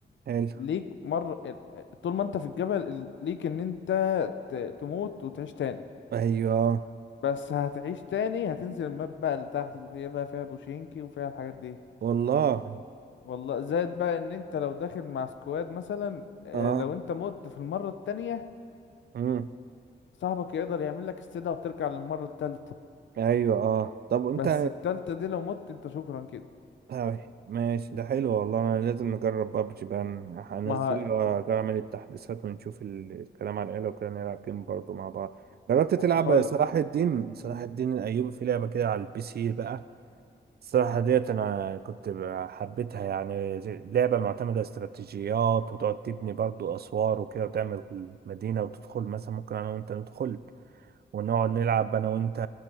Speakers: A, on the right; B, on the left.
A: حلو
B: ليك مرة ال- طول ما انت في الجبل ال- ليك ان انت ت... تموت وتعيش تاني
A: ايوه
B: بس هتعيش تاني هتنزل الماب بقى اللي تحت اللي هي بقى فيها بوشينكي وفيها الحاجات دي
A: والله
B: والله زائد بقى ان انت لو داخل مع سكواد مثلا آه،
A: اه
B: لو انت مت في المرة التانية
A: مم.
B: صاحبك يقدر يعمل لك استدعاء وترجع للمرة التالتة
A: ايوه اه طب انت
B: بس التالتة دي لو مت انت شكرا كده
A: أوي. ماشي ده حلو والله انا لازم نجرب بابجي بقى هنزلها
B: ما
A: واعمل
B: ه...
A: التحديثات ونشوف ال- الكلام على العيله وكده نلعب جيم برضه مع بعض جربت تلعب
B: هقول
A: صلاح الدين صلاح الدين الايوبي في لعبه كده على البي سي بقى الصراحه ديت انا كنت ب- حبيتها يعني زي- لعبه معتمده استراتيجيات وتقعد تبني برضه اسوار وكده وتعمل مدينه وتدخل مثلا ممكن انا وانت ندخل ونقعد نلعب انا وانت